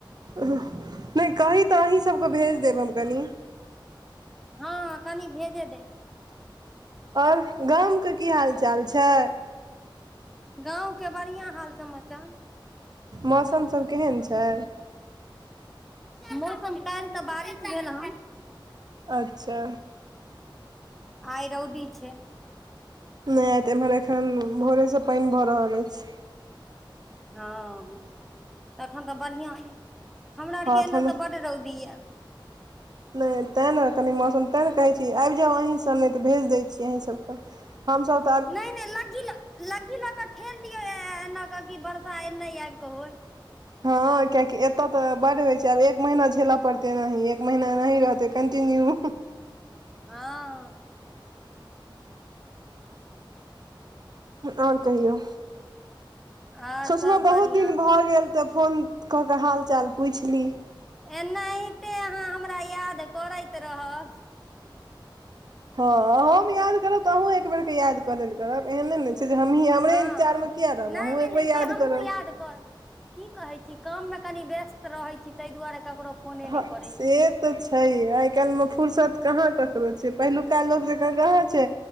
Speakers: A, on the right (about 55°); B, in the centre.
A: नहि कही तऽ अहीं सबके भेज देब हम कनि
B: हँ कनि भेजे दे
A: और गामके की हाल चाल छै
B: गाँव के बढ़िआँ हाल समाचार
A: मौसमसभ केहन छै
B: मौसम कायल तऽ बारिश भेल हँ
A: अच्छा
B: आइ रौदी छै
A: नहि आयतह एम्हर एखन भोरेसँ पानि भऽ रहल अछि
B: हँ तखन तऽ बढ़िआँ यऽ हमरा आरके
A: हँ
B: एना
A: ठण्डा
B: तऽ बड रौदी यऽ
A: नहि तैँ ने कनि मौसम तैँ ने कहै छी आबि जाउ अहीँसभ नहि तऽ भेज दै छीियै अहीँसभकेँ हम सभ
B: नहि नहि लग्गी ल लग्गी लऽ कऽ ठेल दियौ एना कऽ कि वर्षा एनहि आबि कऽ होइ
A: हँ कियकि एतय तऽ बड्ड होइ छै आब एक महीना झेलय पड़ते नही एक महीना एनाही रहतै कंटीन्यू
B: हँ
A: और कहियौ
B: आओर
A: सोचलहुं
B: सब
A: बहुत
B: बढ़िआँ
A: दिन भऽ गेल तऽ फोन कऽ कऽ हाल चाल पुछि ली
B: एनाहिते अहाँ हमरा याद करैत रहब
A: हँ हम याद करब त अहुँ एक बेर के याद कऽ लेल करब एहन नैने छै जे हमहीं हमरे
B: हँ
A: इन्तजारमे
B: हँ
A: किया रहब
B: नहि
A: अहूँ
B: नहि
A: एक
B: नहि
A: बेेर याद
B: से हमहूँ
A: करब
B: याद करब की कहै छी काममे कनी व्यस्त रहैत छी ताहि दुआरे ककरो फोने
A: हँ
B: नहि करै
A: से
B: छी
A: तऽ छै आइ काल्हिमे फुरसत कहाँ ककरो त ओ छै पहिलुका लोक जेका कहां छै